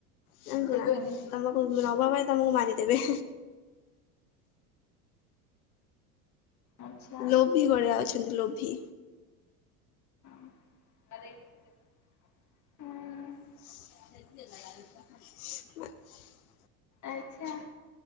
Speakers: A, on the left; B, on the left.
A: ଜାଣିଛୁ
B: ଦେବେନି
A: ନା ତମକୁ ନବା ଭାଇ ତମକୁ ମାରିଦେବେ।
B: ଆଚ୍ଛା।
A: ଲୋଭି ଭଳିଆ ଅଛନ୍ତି ଲୋଭି।
B: ହୁଁ,।
A: <unintelligible>
B: ଆଚ୍ଛା।